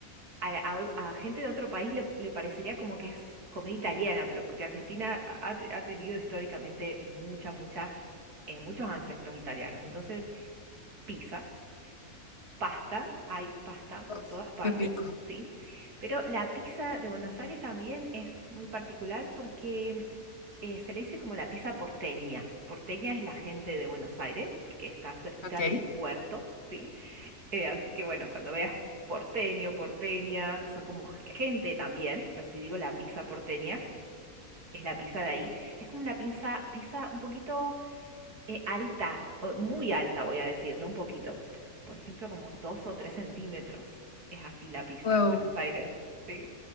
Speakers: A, on the right; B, on the left.
A: a, la- a o- a gente de otro país le, le parecería como que es comida italiana, pero porque Argentina ha, ha te- ha tenido históricamente mucha, mucha, eh, muchos ancestros italianos. Entonces, pizza, pasta, hay pasta por
B: Uf,
A: todas partes,
B: Qué rico.
A: ¿sí? Pero la pizza de Buenos Aires también es muy particular porque eh, se le dice como la pizza porteña. Porteña es la gente de Buenos Aires, porque está cerquita
B: Ok.
A: del puerto. sí eh, así que bueno, cuando veas porteño, porteña, son como g- gente también, pero si digo la pizza porteña, es la pizza de ahí. Es como una pizza, pizza un poquito eh, alta, o muy alta voy a decir, no un poquito. p- Por ejemplo, como dos o tres centímetros. Es así la pizza
B: Wow.
A: en Buenos Aires. Sí.